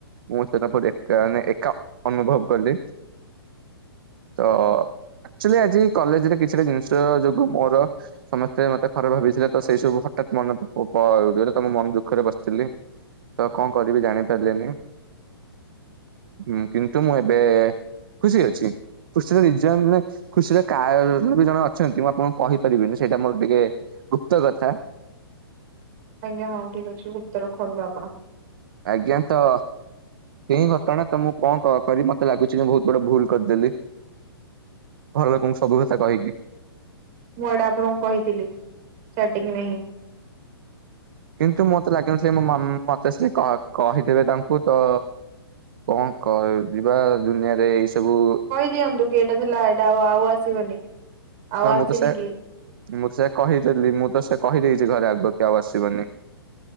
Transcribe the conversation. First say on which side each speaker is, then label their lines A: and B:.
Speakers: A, on the right; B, on the right.
A: ମୁଁ <unintelligible> ଏକା ମାନେ ଏକା ଅନୁଭବ କଲି। ତ ଆଚୁଲି ଆଜି କଲେଜରେ କିଛିଟା ଜିନିଷ ଯୋଗୁ ମୋର ସମସ୍ତେ ମତେ ଖରାପ ଭାବିଥିଲେ ତ ସେଇ ସବୁ ହଠାତ୍ ମନେ ପ ପ ପଳ ଯୋଉଟା ତ ମୁଁ ମନ ଦୁଃଖରେ ବସିଥିଲି। ତ କଣ କରିବି ଜାଣି ପାରିଲିନି। ହୁଁ କିନ୍ତୁ ମୁଁ ଏବେ ଖୁସି ଅଛି। ଖୁସି ର ରି ଜିନ ମାନେ ଖୁସିର କାର ବି ଜଣେ ଅଛନ୍ତି ମୁଁ ଆପଣଙ୍କୁ କହିପାରିବିନି ସେଇଟା ମୋର ଟିକେ ଗୁପ୍ତ କଥା।
B: ଆଜ୍ଞା ହଉ ଠିକ ଅଛି ଗୁପ୍ତ ରଖନ୍ତୁ ଆପଣ।
A: ଆଜ୍ଞା ତ କେଇ ଘଟଣା ତ ମୁଁ କଣ କ କରିବି ମତେ ଲାଗୁଚି ମୁଁ ବହୁତ ବଡ ଭୁଲ କରିଦେଲି। ଘର ଲୋକଙ୍କୁ ସବୁ କଥା କହିକି।
B: ମୁଁ ଏଇଟା ଆପଣଙ୍କୁ କହିଥିଲି ଷ୍ଟାର୍ଟିରେ ହିଁ।
A: କିନ୍ତୁ ମତେ ଲାଗିନଥିଲା ମୋ ମାମା ମତେ ସେ କ କହିଦେବେ ତାଙ୍କୁ ତ କଣ କରିବା ଦୁନିଆରେ ଏଇ ସବୁ
B: ଦିଅନ୍ତୁ କି ଏଇଟା ଥିଲା ଏଇଟା ଆଉ ଆଉ ଆସିବନି। ଆଉ
A: ହଁ
B: ଆସିନି
A: ମୁଁ ତ ସେ
B: କି
A: ମୁଁ ତ ସେଆ କହିଦେଲି ମୁଁ ତ ସେ କହିଦେଇଚି ଘରେ ଆଗ କି ଆଉ ଆସିବନି।